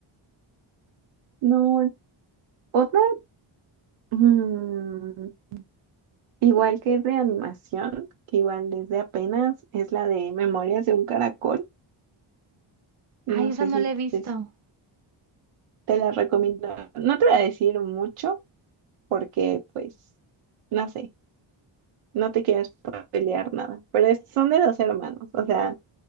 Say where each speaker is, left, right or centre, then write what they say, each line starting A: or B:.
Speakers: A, on the right; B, on the right.
A: No, otra. mm, Igual que es de animación, que igual desde apenas es la de Memorias de un Caracol. No
B: Ay, esa
A: sé
B: no
A: si
B: la he visto.
A: te, te la recomiendo. No te voy a decir mucho porque, pues, no sé, no te quiero pelear nada. Pero es- son de dos hermanos. O sea,